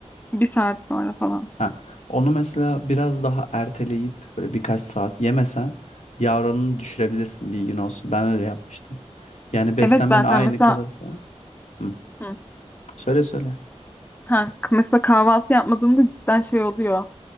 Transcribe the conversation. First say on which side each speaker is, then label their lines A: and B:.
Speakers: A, on the left; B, on the left.
A: Bir saat sonra falan.
B: Ha, onu mesela biraz daha erteleyip böyle birkaç saat yemesen yağ oranını düşürebilirsin bilgin olsun. Ben öyle yapmıştım. Yani beslenmen
A: Evet zaten
B: aynı
A: mesela
B: kalırsa. Hı.
A: hı,
B: Söyle söyle.
A: ha, k- mesela kahvaltı yapmadığımda cidden şey oluyor.